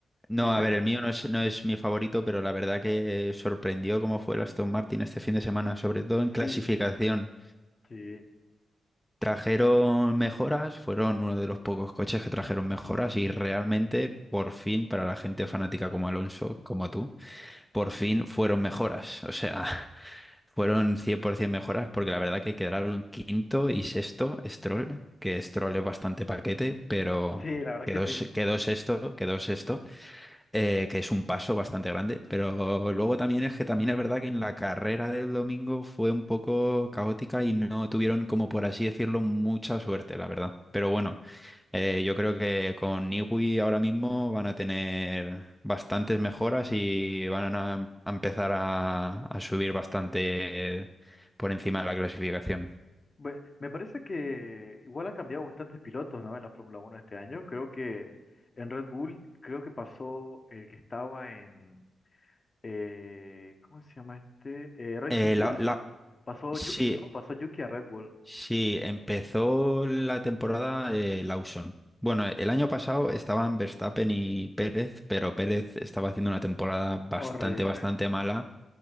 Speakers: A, in the centre; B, on the left.
A: No,
B: Dime.
A: a ver, el mío no es, no es mi favorito, pero la verdad que eh, sorprendió cómo fue el Aston Martin este fin de semana, sobre todo en clasificación.
B: Sí, sí.
A: Trajeron mejoras, fueron uno de los pocos coches que trajeron mejoras y realmente, por fin, para la gente fanática como Alonso, como tú, por fin fueron mejoras. O sea, <laughs> Fueron 100% mejoras, porque la verdad que quedaron quinto y sexto Stroll, que Stroll es bastante paquete, pero
B: Sí, la verdad
A: quedó,
B: que sí.
A: se- quedó sexto, quedó sexto, eh, que es un paso bastante grande. Pero luego también es que también es verdad que en la carrera del domingo fue un poco caótica y no tuvieron, como por así decirlo, mucha suerte, la verdad. Pero bueno, eh, yo creo que con Niwi ahora mismo van a tener bastantes mejoras y van a, em- a empezar a, a subir bastante eh, por encima de la clasificación.
B: Bue- Me parece que igual han cambiado bastantes pilotos, ¿no? En la Fórmula Uno este año. Creo que en Red Bull, creo que pasó el que estaba en... eh, ¿cómo se llama este? Eh, Racing
A: Eh,
B: Bulls.
A: la, la-
B: Pasó
A: sí,
B: Yuki, ¿no? Pasó Yuki a Red Bull.
A: sí, empezó la temporada eh, Lawson. Bueno, el año pasado estaban Verstappen y Pérez, pero Pérez estaba haciendo una temporada bastante,
B: Horrible.
A: bastante mala